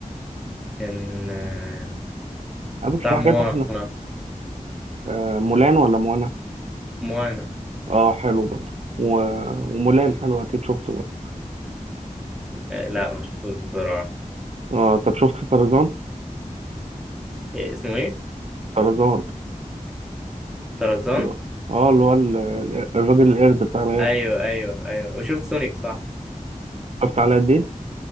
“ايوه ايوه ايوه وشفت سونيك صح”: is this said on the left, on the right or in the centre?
Centre